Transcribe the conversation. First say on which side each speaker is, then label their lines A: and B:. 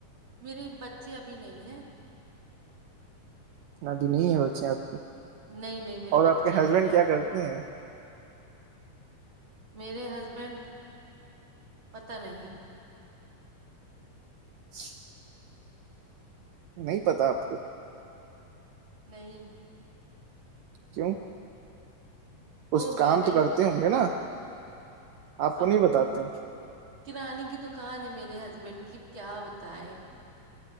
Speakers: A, on the right; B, on the right.
A: میرے بچے ابھی نہیں ہیں
B: ابھی نہیں ہے بچے آپ کے
A: نہیں نہیں میرے
B: اور
A: بچے
B: آپ کے
A: نہیں
B: ہسبینڈ
A: ہیں
B: کیا کرتے ہیں
A: میرے ہسبینڈ پتہ نہیں
B: ج نہیں پتا آپ کو
A: نہیں
B: کیوں کچھ
A: ہو گیا
B: کام
A: نہیں
B: تو کرتے
A: پتا
B: ہوں گے نا آپ کو
A: اب
B: نہیں بتاتے
A: کرانے کی دکان ہے میرے ہسبینڈ کی کیا بتائے